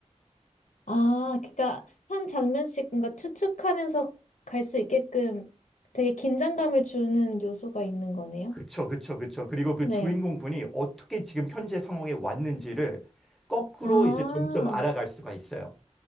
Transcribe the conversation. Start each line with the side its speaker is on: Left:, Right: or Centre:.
Left: 아, 그러니까 한 장면씩 뭔가 추측하면서 갈 수 있게끔 되게 긴장감을 주는 요소가 있는 거네요.
Centre: 그쵸, 그쵸, 그쵸. 그리고 그
Left: 네.
Centre: 주인공 분이 어떻게 지금 현재 상황에 왔는지를 거꾸로
Left: 아,
Centre: 이제 점점 알아갈 수가 있어요.